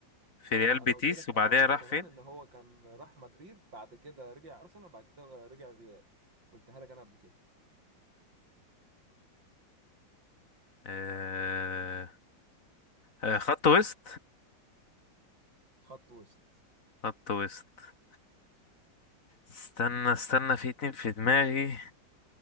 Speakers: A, on the left; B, on the right.
A: في
B: اه
A: ريال بيتيس
B: انا قلت لك
A: وبعدها
B: قبل كده
A: راح
B: كمان
A: فين
B: ان هو كان راح مدريد بعد كده رجع ارسنال بعد كده رجع الريال قلتها لك انا قبل كده
A: آه... آه خط وسط
B: خط وسط
A: خط وسط استنى استنى في اتنين في دماغي